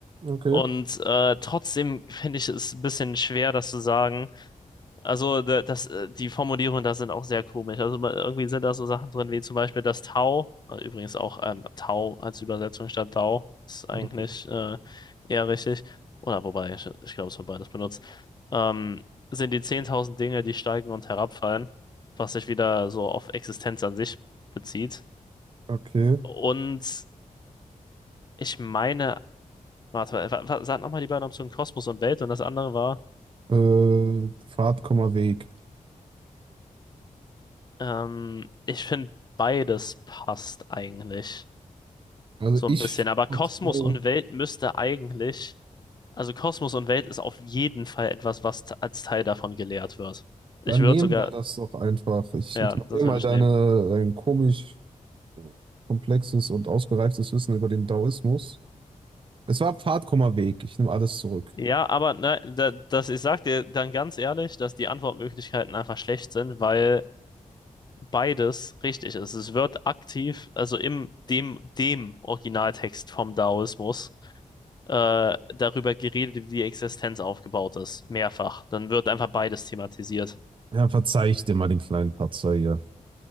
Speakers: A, on the right (about 40°); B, on the left (about 30°).
A: Okay.
B: Und äh, trotzdem finde ich es ein bisschen schwer, das zu sagen. Also da- das, äh, die Formulierungen da sind auch sehr komisch. Also ma- irgendwie sind da so Sachen drin, wie zum Beispiel das Tau, äh, übrigens auch ähm, Tau als Übersetzung statt Dau, ist eigentlich
A: Okay.
B: äh, eher richtig. Oder wobei, ich, ich glaube, es wird beides benutzt. Ähm, sind die 10.000 Dinge, die steigen und herabfallen, was sich wieder so auf Existenz an sich bezieht.
A: Okay.
B: Und ich meine, warte, wa- wa- sag nochmal die beiden Optionen Kosmos und Welt und das andere war,
A: Äh, Fahrt, Komma, Weg.
B: ähm, ich finde, beides passt eigentlich.
A: Also
B: So
A: ich
B: ein bisschen. Aber Kosmos
A: Oh,
B: und Welt müsste eigentlich, also Kosmos und Welt ist auf jeden Fall etwas, was t- als Teil davon gelehrt wird. Ich
A: Dann
B: würde
A: nehmen
B: sogar,
A: wir das doch einfach. Ich
B: ja,
A: ignoriere
B: das würde
A: mal
B: ich
A: deine,
B: nehmen.
A: dein komisch komplexes und ausgereiftes Wissen über den Daoismus. Es war Pfad, Komma, Weg. Ich nehme alles zurück.
B: Ja, aber ne, da, das, ich sag dir dann ganz ehrlich, dass die Antwortmöglichkeiten einfach schlecht sind, weil beides richtig ist. Es wird aktiv, also im dem, dem Originaltext vom Daoismus, äh, darüber geredet, wie die Existenz aufgebaut ist. Mehrfach. Dann wird einfach beides thematisiert.
A: Ja, verzeih ich dir mal den kleinen Patzer hier.